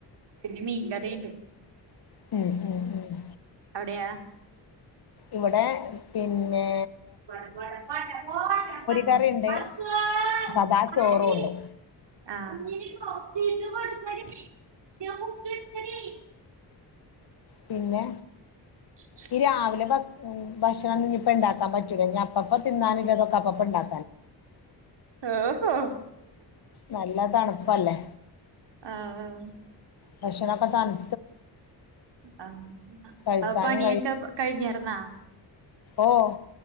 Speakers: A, on the right (about 75°); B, on the left (about 60°).
A: പിന്നെ മീങ്കറിയുണ്ട്
B: ഉം -ഉം- ഉം
A: അവിടെയാ
B: ഇവിടെ പിന്നേ
A: <unintelligible>
B: കറിണ്ട്
A: ഉം
B: സാദാ ചോറുണ്ട്
A: ആഹ്
B: പിന്നെ
A: <inaudible>
B: ഈ രാവിലെ ഭ ഉം ഭക്ഷണം ഇന്ന്ഞിപ്പ ഇണ്ടാക്കാ പറ്റൂല ഇനി അപ്പപ്പൊ തിന്നാന്ല്ലതൊക്കെ അപ്പപ്പൊ ഇണ്ടാ
A: ആഹാ
B: നല്ല തണുപ്പല്ലെ
A: ആഹ്
B: ഭക്ഷണൊക്ക തണു
A: ആഹ്
B: കഴിക്കാനും
A: അപ്പ പണിയൊക്ക കഴിഞ്ഞാർന്നാ
B: ഓഹ്